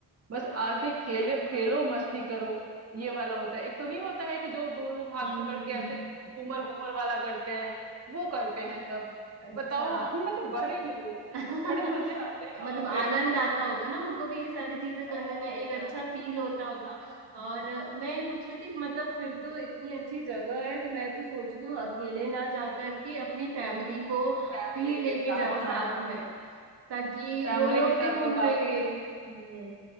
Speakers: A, on the right (about 35°); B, on the right (about 75°).
A: बस आके खेले खेलो मस्ती करो ये वाला होता है एक तो नहीं होता है कि जो दो लोग हाथ
B: हम्म
A: पकड़
B: हम्म
A: के
B: हम्म
A: ऐसे घूमर घूमर वाला करते हैं वो करते हैं सब
B: अच्छा
A: बताओ हम मतलब बड़े लोग
B: <laughs>
A: बड़े मजे आते हैं
B: मतलब
A: वहां
B: आनंद
A: पे
B: आता होगा ना उनको भी ये सारी चीजें
A: बहुत
B: करने में एक
A: ज्यादा
B: अच्छा फील होता होगा
A: हाँ
B: और मैं ये पूछ रही थी कि मतलब फिर तो इतनी अच्छी जगह है तो मैं तो सोच रही हूँ अकेले ना जा करके अपनी फैमिली को
A: और फैमिली
B: भी लेके
A: के साथ
B: जाओ
A: हाँ
B: साथ
A: हाँ
B: में ताकि
A: फैमिली
B: वो लोग
A: के साथ
B: भी घूम
A: तो काफी
B: लेंगे
A: हम्म